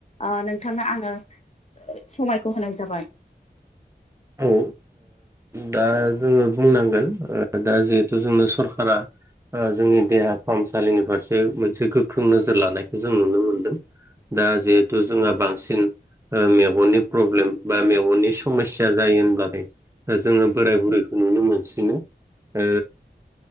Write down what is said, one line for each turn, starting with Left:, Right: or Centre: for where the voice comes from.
Left: ओ नोंथांनो आङो समायखौ होनाय जाबाय।
Right: औ ओ दा जोङो बुंनांगोन दा जिहेथु जोंनो सरकारा ओ जोंनि देहा फाहामसालिनि फारसे मोनसे गोख्रों नोजोर लानायखौ जों नुनो मोनदों। दा जिहेथु जोंहा बांसिन ओ मेगननि प्रब्लेम बा मेगननि समयसि याजायो होनब्लाथाय जोङो बोराय बुरैखौ नुनो मोनसिनो। ओ